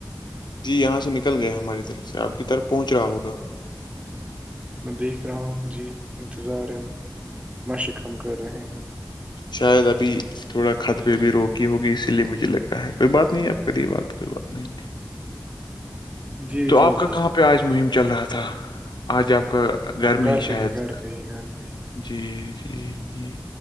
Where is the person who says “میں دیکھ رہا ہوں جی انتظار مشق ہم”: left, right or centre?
Right